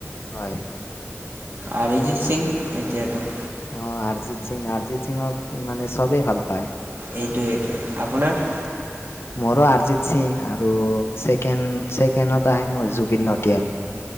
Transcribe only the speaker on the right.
আৰ্জিত সিং এতিয়াটো।
এইটোৱে, এইটোৱে আপোনাৰ